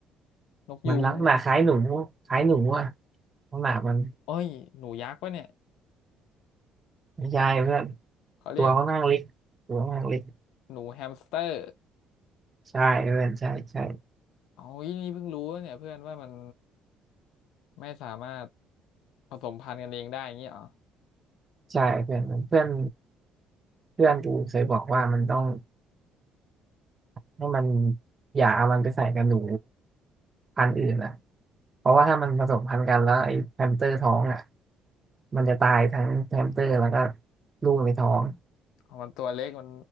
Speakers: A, on the left (about 85°); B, on the right (about 25°).
A: นกยูงวะ
B: มันลักษณะคล้ายหนูคล้ายหนูอ่ะลักษณะมัน
A: เอ้ยหนูยักษ์วะเนี่ย
B: ไม่ใช่เพื่อน
A: เขาเรียก
B: ตัวเขานข้างเล็กตัวเ่านั้งเล็ก
A: หนูแฮมสเตอร์
B: ใช่เพื่อนใช่ใช่
A: เอาอีนี่เพิ่งรู้วะเนี่ยเพื่อนว่ามันไม่สามารถผสมพันธุ์กันเองได้อย่างงี้เหรอ
B: ใช่เพื่อนเพื่อนเพื่อนกูเคยบอกว่ามันต้องให้มันอย่าเอามันไปใส่กับหนู พันธุ์อื่นอ่ะเพราะว่าถ้ามันผสมพันธุ์กันแล้วไอ้แฮมสเตอร์ท้องอ่ะมันจะตายทั้งแฮมสเตอร์แล้วก็ลูกในท้อง
A: เอามันตัวเล็กมัน